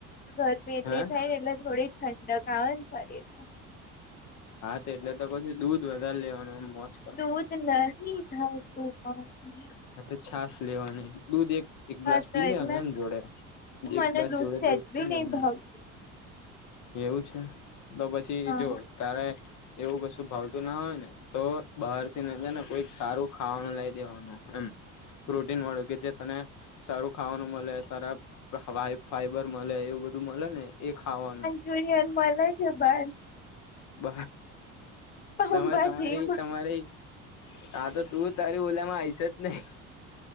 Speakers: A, on the left; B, on the left.
A: ગરમી એટલે
B: હે
A: થાય ને એટલે થોડીક ઠંડક આવે ને શરીરમાં.
B: હા છે એટલે તો કુછુ દૂધ વધારે લેવાનું મોસ્ત
A: દૂધ નથી થાતું પણ
B: હા તો છાશ લેવાની દૂધ એક એક
A: હા
B: ગ્લાસ
A: તો
B: પી લેવાનો
A: એટલે
B: એમ જોડે, એક
A: મને
B: ગ્લાસ જોડે
A: સેજ
B: દૂધ પી
A: બી
B: લેવાનું.
A: નહી ભાવતું
B: એવું છે તો પછી
A: હા
B: જો તારે એવું કશું ભાવતું ના હોય ને તો બહાર થી જ ને કોઈ સારું ખાવાનું લઈ દેવાનું એમ પ્રોટીન વાળું કે જે તને સારું ખાવાનું મળે સારા ફાઈબર મળે એવું બધું મળે ને એ ખાવાનું
A: જુનિયનમાંલા છે બસ
B: બ
A: પાઉભાજી
B: તમે તમારી તમારી હા તો તું તારી ઓલમાં આવીશ જ નહી